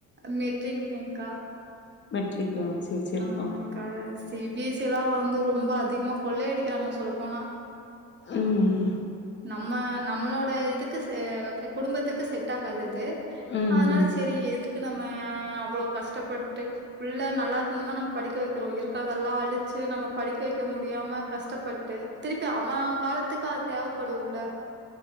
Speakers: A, on the right (about 35°); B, on the left (about 40°).
A: மெட்ரிக் ங் க்கா
B: மெட்ரிக்கு சேரி சேரிப்பா
A: ஆமாக்கா சி பி எஸ் சி எல்லா வந்து ரொம்ப அதிகமா கொள்ளையடிக்றாங்க சொல் சொல்ல போனா
B: ம்
A: நம்ம நம்ளோட இதுக்கு சே குடும்பத்துக்கு செட் ஆகாது அது து
B: ம்
A: அதனால செரி எதுக் கு நம்ம அவ்ளோ கஷ்டப்பட்டு புள்ள நல்லாருக்குனு தா நம்ம படிக்க வைக்குறோ இருக்கறதெல்லா அழிச்சு சு நம்ம படிக்க வைக்க முடியாம கஷ்டப்பட்டு திருப்பி அவ காலத்துக்கு அது தேவப் படு ல